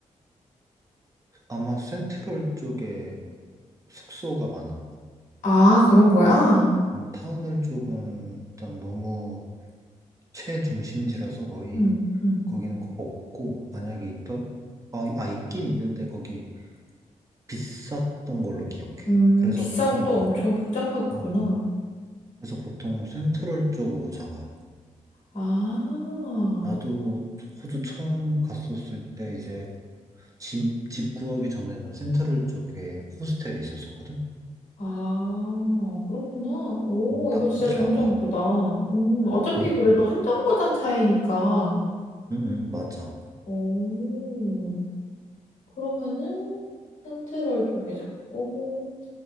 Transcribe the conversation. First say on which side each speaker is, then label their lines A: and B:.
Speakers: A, on the right (about 25°); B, on the left (about 80°).
A: 아마 센트럴 쪽에 숙소가 많아.
B: 아, 그런 거야?
A: 음, 타운홀 쪽은 일단 너무 최중심지라서 거의
B: 음, 음.
A: 거기는 거- 없고 만약에 있더 아, 아 있긴 있는데 거기 비쌌던 걸로 기억해.
B: 음,
A: 그래서
B: 비싸고
A: 보통
B: 또 엄청 복잡하겠구나.
A: 어 그래서 보통 센트럴 쪽으로 잡아.
B: 아,
A: 나도 호주 처음 갔었을 때 이제 집, 집 구하기 전에는 센트럴 쪽에 호스텔에 있었었거든.
B: 아, 그렇구나. 오,
A: 음, 나쁘지
B: 이거 진짜 좋은
A: 않아.
B: 정보다. 음, 어차피
A: 음,
B: 그래도 한 정거장 차이니까.
A: 음, 음 맞아.
B: 오, 그러면은 센트럴 쪽에 잡고.